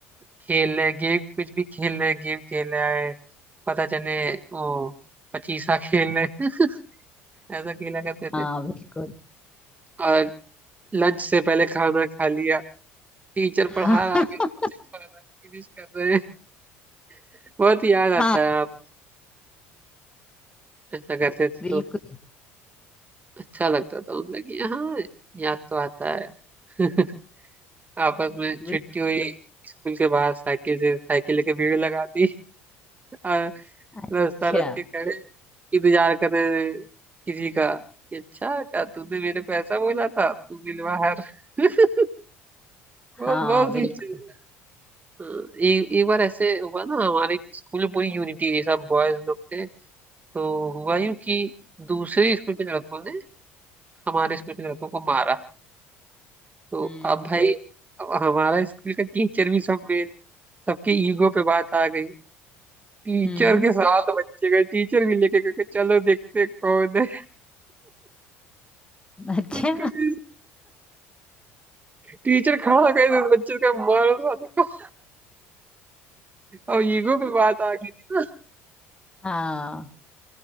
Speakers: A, on the right (about 25°); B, on the left (about 15°).
A: खेल रहे गेम कुछ भी खेल रहे गेम खेल रहे हैं, पता चले वो पचीसा खेल रहे <laughs> ऐसा खेला करते
B: हाँ
A: थे
B: बिल्कुल
A: और लंच से पहले खाना खा लिया टीचर पढ़ा
B: हाँ
A: रहा आगे टीचर
B: <laughs>
A: खाना फिनिश कर रहे हैं <laughs> बहुत याद
B: हाँ
A: आता है आप ऐसा करते थे
B: बिल्कुल
A: तो अच्छा लगता था मतलब कि हाँ याद तो आता है <laughs> आपस में
B: बिल्कुल
A: छुट्टी हुई स्कूल के बाहर साइकिल से साइकिल लेके भीड़ लगा दी <laughs> और
B: अच्छा
A: रास्ता रोक के खड़े इंतजार कर रहे किसी का कि अच्छा क्या तूने मेरे को ऐसा बोला था तू मिल बाहर <laughs> बहुत
B: हाँ
A: बहुत सी
B: बिल्कुल
A: चीज़ है। हाँ, एक एक बार ऐसे हुआ ना हमारे स्कूल में पूरी यूनिटी थी सब बॉयज लोग थे तो हुआ यूं कि दूसरे स्कूल के लड़कों ने हमारे स्कूल के लड़कों को मारा तो
B: हम्म
A: अब भाई अब हमारा स्कूल का टीचर भी सब में सबके ईगो पे बात आ गई टीचर
B: हम्म
A: के साथ बच्चे गए टीचर भी लेके गए कि चलो देखते कौन है
B: अच्छा
A: उसको भी टीचर खड़ा कर दे बच्चे का मारो साले को और ईगो पे बात आ गई थी ना
B: हाँ